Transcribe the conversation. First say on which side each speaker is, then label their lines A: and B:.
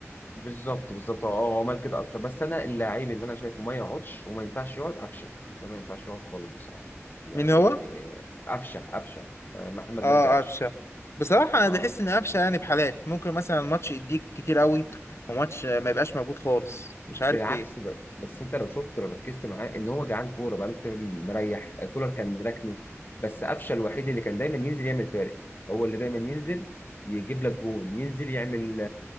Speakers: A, on the left; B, on the left.
A: بالظبط بالظبط اه هو عمل كده اكتر بس انا اللعيب اللي انا شايفه ما يقعدش وما ينفعش يقعد قفشه ده ما ينفعش يقعد خالص بصراحه يعني
B: مين هو؟
A: قفشه قفشه آه، محمد
B: اه
A: مجدي قفشه
B: قفشه بصراحه انا
A: اه
B: بحس ان قفشه يعني بحالات ممكن مثلا ماتش يديك كتير قوي وماتش آه، ما يبقاش موجود خالص مش عارف
A: بالعكس
B: ليه
A: ب... بس انت لو شفت لو ركزت معاه ان هو جعان كوره بقاله كتير مريح كولر كان راكنه بس قفشه الوحيد اللي كان دايما ينزل يعمل فارق هو اللي دايما ينزل يجيب لك جون ينزل يعمل